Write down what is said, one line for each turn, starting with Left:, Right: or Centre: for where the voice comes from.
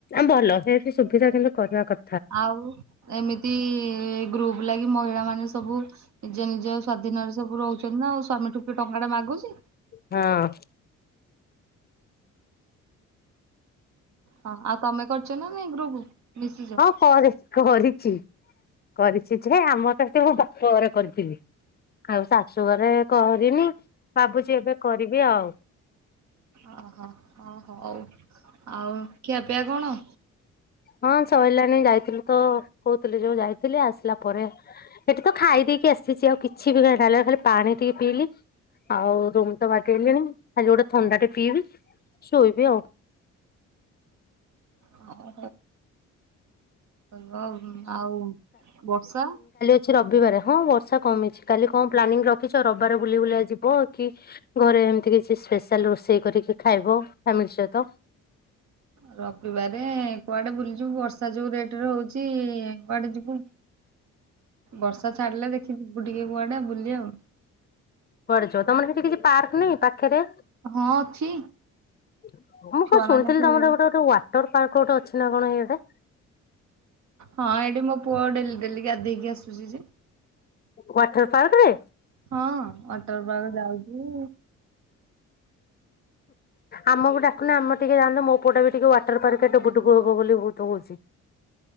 Left: ଭଲ ସେ ବି ସୁବିଧା କିନ୍ତୁ କରିବା କ
Right: ଆଉ ଏମିତି ଗ୍ରୁପ ଲାଗି ମହିଳା ମାନେ ସବୁ ନିଜ ନିଜ ସ୍ଵାଧୀନ ରେ ସବୁ ରହୁଛନ୍ତି ନା ଆଉ ସ୍ଵାମୀଠୁ ଟଙ୍କା ଟା ମାଗୁଛି।
Left: ହଁ
Right: ହଁ ଆଉ ତମେ କରିଛ ନାଇ ଗ୍ରୁପ ମିଶିଛ
Left: ହଁ କରି କରିଛି କରିଛି ଯେ ଆମର ତ ଏତ ମୋ ବାପା ଘର କରିଥିଲି। ଆଉ ଶାଶୁଘରେ କରିନି ଭାବୁଛି ଏବେ କରିବି। ଆଉ
Right: ଓହୋ ଓହୋଉ ଆଉ ଖିଆ ପିଆ କଣ?
Left: ହଁ ସରିଲାଣି ଯାଇଥିଲୁ ତ, କହୁଥିଲି ଯୋଉ ଯାଇଥିଲି ଆସିଲା ପରେ ସେଠି ତ ଖାଇ ଦେଇେଇକି ଆସିଛି। ଆଉ କିଛି ବି କାଇଁ ନ ଖାଲି ପାଣି ଟିକେ ପିଇଲି ଆଉ ରୁମ ତ ବାଗେଇଲିଣି। ଖାଲି ଗୋଟେ ଥଣ୍ଡାଟେ ପିଇବି ଶୋଇବି ଆଉ।
Right: ହଁ ହଉ ଆଉ ବର୍ଷା?
Left: ଆଜି ରବିବାର ହଁ ବର୍ଷା କମିଛି କାଲି କଣ ପ୍ଲାନିଂ ରଖିଛ ରବିବାର ବୁଲି ବୁଲା ଯିବ କି ଘରେ ଏମିତି କିଛି ସ୍ପେଶାଲ ରୋଷେଇ କରିକି ଖାଇବ ଫାମିଲି ସହିତ।
Right: ରବିବାରେ କୁଆଡ଼େ ବୁଲିଯିବୁ ବର୍ଷା ଯୋଉ ରେଟ ରେ ହଉଛି କୁଆଡ଼େ ଯିବୁ? ବର୍ଷା ଛାଡ଼ିଲେ ଦେଖିବୁ ଟିକେ କୁଆଡ଼େ ବୁଲି ଆଉ।
Left: <unintelligible> ତମର ସେଠି କିଛି ପାର୍କ ନାହିଁ ପାଖରେ?
Right: ହଁ ଅଛି
Left: ମୁଁ
Right: ଛୁଆ
Left: କଣ ଶୁଣିଥିଲି
Right: ମାନେ ଖେଳ
Left: ତମର ଗୋଟେ ଗୋଟେ ୱା ଟର ପାର୍କ ଗୋଟେ ଅଛି ନା କଣ ଇଏଟେ।
Right: ହଁ ଏଇଠି ମୋ ପୁଅ ଡେଲି ଡେଲିକି ଗାଧେଇକି ଆସୁଛି ଯେ।
Left: ୱାଟର୍ ପାର୍କରେ?
Right: ହଁ ୱାଟର୍ ପାର୍କ ଯାଉଛି।
Left: ଆମକୁ ଡାକୁନି ଆମ ଟିକେ ଯାଆନ୍ତୁ ମୋ ପୁଅଟା ବି ଟିକେ ୱାଟର ପାର୍କ ଡବୁଡୁବୁ ହବ ବୋଲି ବହୁତ ହଉଛି।